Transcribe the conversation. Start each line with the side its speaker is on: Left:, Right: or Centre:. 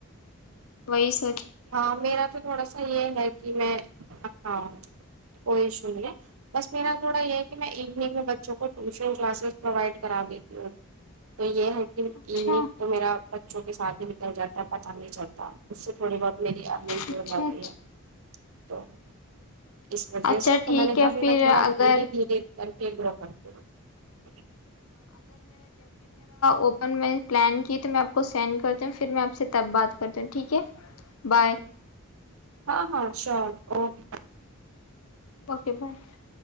Left: وہی سب
Right: ہاں میرا تو تھوڑا سا یہ ہے کہ میں ہاں کوئی ایشو نہیں ہے بس میرا تھوڑا یہ ہے کہ میں ایوننگ میں بچوں کو <unintelligible> ٹیوشن کلاسس پروائڈ کراو <unintelligible> تو یہ ہے <unintelligible> کلینک
Left: اچھا
Right: تو میرا <unintelligible> بچوں کے سات ہی نکل جاتا ہے پتہ نہیں چلتا اس سے تھوڑی بہت <unintelligible> میری آپمی پ
Left: اچھا اچھا
Right: کری ہے <unintelligible> تو <unintelligible> اس وجہ
Left: اچھا
Right: سے
Left: ٹھیک
Right: تو میں نے
Left: ہے
Right: کہبھی
Left: پھر
Right: میں تھوڑا
Left: اگر
Right: دھیرے دھیرے سر کے گرا پتے <unintelligible>
Left: وپن میں <unintelligible> س کی تو میں آپ کو سینڈ کرتا ہوں پھر میں آپ سے تب بات کرتا ہوں ٹھیک ہے بائے <unintelligible>
Right: ہاں ہاں شور اوکے
Left: اوکے بائے <unintelligible>